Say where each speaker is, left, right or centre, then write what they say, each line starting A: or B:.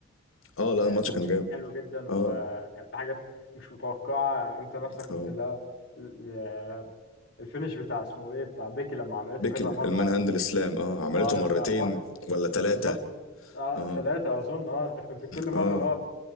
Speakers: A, on the left; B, on the left.
A: اه لا
B: يعني
A: الماتش
B: الماتش
A: كان جامد
B: كان حلو جدا
A: اه
B: وكان في حاجات مش متوقعة يعني انت نفسك كنت
A: اه
B: لا ال- الفينش بتاع اسمه ايه بتاع بيكي لما عملته
A: بيكل
B: كذا مرة
A: المان هاند الاسلام اه عملته
B: اه
A: مرتين
B: انت ثلاث و... مرات
A: ولا
B: بالظبط
A: ثلاثة
B: اه
A: اه
B: ثلاثة اظن اه انت كنت كل مرة
A: اه
B: اللي هو